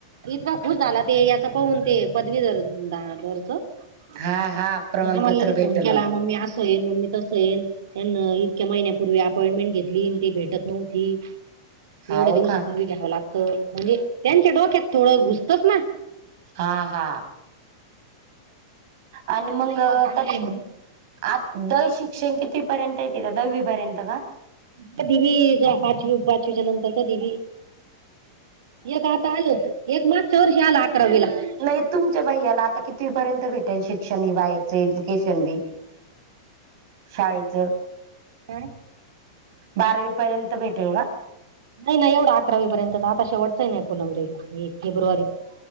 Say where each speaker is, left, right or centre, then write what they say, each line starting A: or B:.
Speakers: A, on the right; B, on the right.
A: इतका खुश झाला ते याचा पाहून ते पदवीधर धा धरच आम्हाला
B: हा हा प्रमाणपत्र
A: लगे
B: भेटल
A: फोन केला. मम्मी असंयेन मम्मी तसंयेन. त्यांना इतक्या महिन्यापूर्वी अपॉइंटमेंट घेतलीन. ती भेटत नव्हती.
B: हाव
A: एवढ्या दिवसापूर्वी
B: का
A: घ्यावं लागतं. म्हणजे त्यांच्या डोक्यात थोडं घुसतंस ना.
B: हा हा. आणि मग
A: नाही बा, चांगलं
B: त्याच
A: आहे म्हणून.
B: आ दल शिक्षण कितवी पर्यंत तीथ. हावीपर्यंत का?
A: कधीबी पाचवी पाचवीच्या नंतर कधीबी. एक आता आल. एक मागच्या वर्षी आलं अकरावीला.
B: नाही तुमच्या भैयाला आता कितीपर्यंत भेटेल शिक्षण. हे बाहेरच एज्युकेशन बी? शाळेच?
A: काय?
B: बारावी पर्यंत भेटेल का?
A: नाही -नाही एवढ अकरावी पर्यंतच. आता शेवटचय ना. हे फलंमब्रीला फेब्रुवारीत.